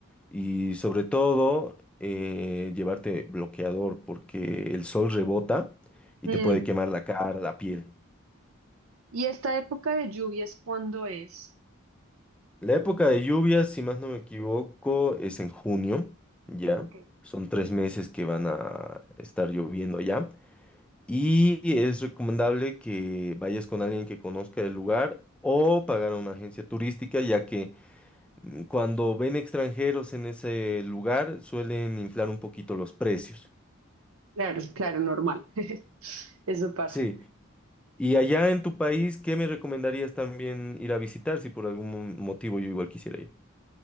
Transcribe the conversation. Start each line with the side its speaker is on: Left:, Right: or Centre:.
Centre: Y sobre todo, eh, llevarte bloqueador porque el sol rebota y
Right: Mm,
Centre: te puede quemar la cara, la piel.
Right: ¿Y esta época de lluvias cuándo es?
Centre: La época de lluvias, si más no me equivoco, es en junio, ¿ya?
Right: Ok.
Centre: Son tres meses que van a estar lloviendo allá. Y es recomendable que vayas con alguien que conozca el lugar o pagar a una agencia turística, ya que Mm, Cuando ven extranjeros en ese lugar, suelen inflar un poquito los precios.
Right: Claro, claro, normal. <laughs> Eso pasa.
Centre: Sí. Y allá en tu país, ¿qué me recomendarías también ir a visitar si por algún mo- motivo yo igual quisiera ir?